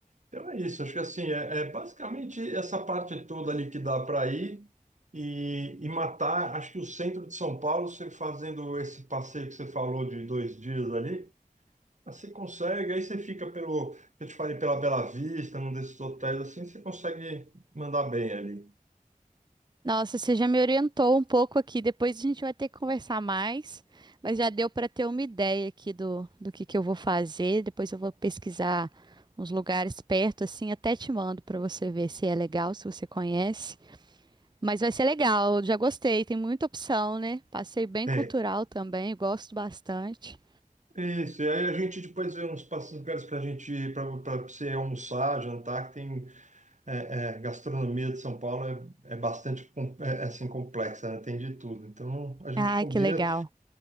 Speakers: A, on the right; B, on the right.
A: Então é isso, acho que assim, é, é basicamente essa parte toda ali que dá para ir e, e matar, acho que o centro de São Paulo, você fazendo esse passeio que você falou de dois dias ali, mas Você consegue, aí você fica pelo, eu te falei, pela Bela Vista, num desses hotéis assim, você consegue mandar bem ali.
B: Nossa, você já me orientou um pouco aqui. Depois a gente vai ter que conversar mais, mas já deu para ter uma ideia aqui do, do que que eu vou fazer. Depois eu vou pesquisar uns lugares perto, assim, até te mando para você ver se é legal, se você conhece. Mas vai ser legal, eu já gostei, tem muita opção, né? Passei bem
A: É,
B: cultural também, gosto bastante.
A: isso. E aí a gente depois vê uns passos lugares para a gente ir, para você almoçar, jantar, que tem é, é, gastronomia de São Paulo é, é bastante com- é, é, assim, complexa, né? Tem de tudo. Então a gente
B: Ai,
A: combina
B: que legal.